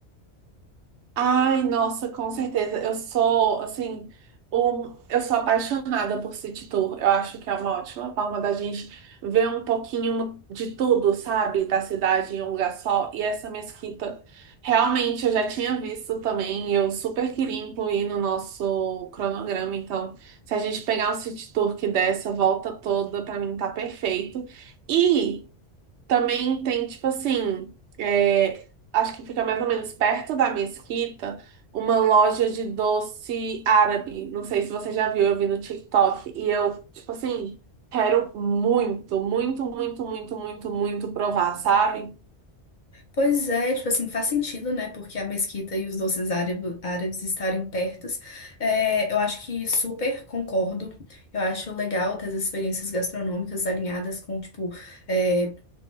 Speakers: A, on the right (about 85°); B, on the left (about 50°).
A: Ai, nossa, com certeza. Eu sou, assim, um, eu sou apaixonada por City Tour. Eu acho que é uma ótima forma da gente ver um pouquinho de tudo, sabe? Da cidade em um lugar só. E essa mesquita, realmente, eu já tinha visto também. e Eu super queria incluir no nosso cronograma. Então, se a gente pegar um City Tour que dê essa volta toda, pra mim tá perfeito. e também tem, tipo assim, é, acho que fica mais ou menos perto da Mesquita, uma loja de doce árabe. Não sei se você já viu, eu vi no TikTok. E eu, tipo assim, quero muito, muito, muito, muito, muito, muito provar, sabe?
B: Pois é, tipo assim, faz sentido, né? Porque a mesquita e os doces árabe- árabes estarem pertos. É, eu acho que super concordo. Eu acho legal ter as experiências gastronômicas alinhadas com, tipo, é,